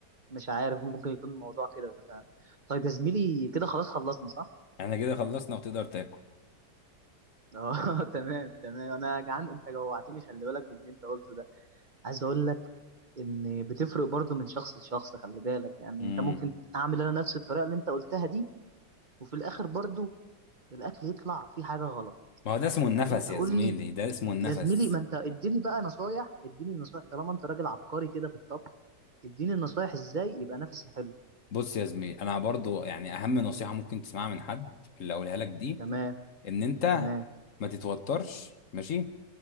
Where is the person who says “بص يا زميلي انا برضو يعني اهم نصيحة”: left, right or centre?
Left